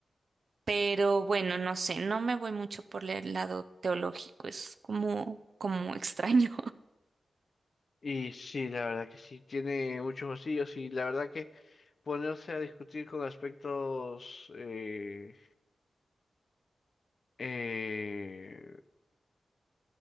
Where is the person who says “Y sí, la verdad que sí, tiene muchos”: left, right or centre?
Left